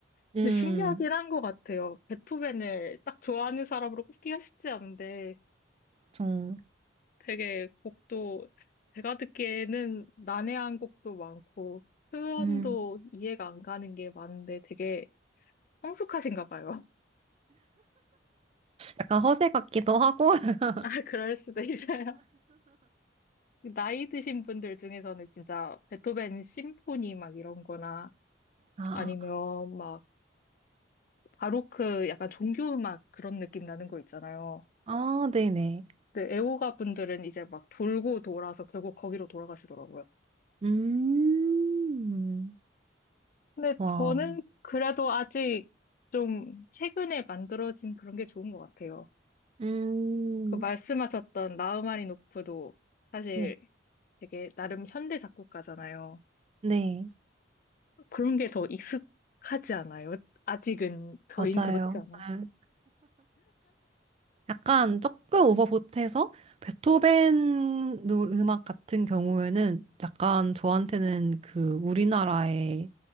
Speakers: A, on the left; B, on the right.
A: 근데
B: 음,
A: 신기하긴 한 것 같아요. 베토벤을 딱 좋아하는 사람으로 꼽기가 쉽지 않은데
B: 좀
A: 되게 곡도 제가 듣기에는 난해한 곡도 많고 표현도
B: 음,
A: 이해가 안 가는 게 많은데 되게 성숙하신가 봐요.
B: 약간 허세 같기도 하고 <laughs>
A: <laughs> 아, 그럴 수도 있어요. 나이 드신 분들 중에서는 진짜 베토벤 심포니 막 이런 거나
B: 아,
A: 아니면 막 바로크 약간 종교음악 그런 느낌 나는 거 있잖아요.
B: 아, 네네.
A: 네, 애호가 분들은 이제 막 돌고 돌아서 결국 거기로 돌아가시더라고요.
B: 음,
A: 근데
B: 와.
A: 저는 그래도 아직 좀 최근에 만들어진 그런 게 좋은 것 같아요.
B: 음,
A: 그 말씀하셨던 라흐마니노프도 사실
B: 네.
A: 되게 나름 현대 작곡가잖아요.
B: 네,
A: 그런 게 더 익숙하지 않아요? 아직은 저희는
B: 맞아요.
A: 그렇지 않아요.
B: 아, 약간 조금 오버보트해서 베토벤 노- 음악 같은 경우에는 약간 저한테는 그 우리나라의